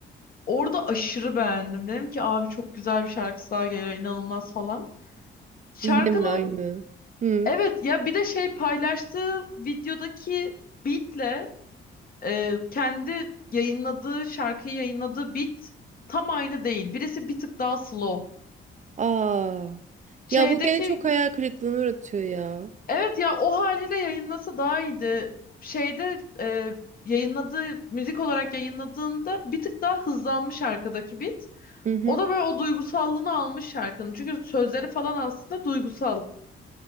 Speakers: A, on the left; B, on the right.
A: orada aşırı beğendim. Dedim ki abi çok güzel bir şarkısı daha geliyor inanılmaz falan. Şarkının
B: Yine mi aynı? Hı.
A: evet ya bir de şey paylaştığı videodaki beatle e, kendi yayınladığı şarkıyı yayınladığı beat tam aynı değil. Birisi bir tık daha slow.
B: Aa.
A: Şeydeki
B: Ya bu beni çok hayal kırıklığına uğratıyor ya.
A: evet ya o haliyle yayınlasa daha iyiydi. Şeyde e, yayınladığı müzik olarak yayınladığında bir tık daha hızlanmış arkadaki beat.
B: Hı hı.
A: O da böyle o duygusallığını almış şarkının. Çünkü sözleri falan aslında duygusal.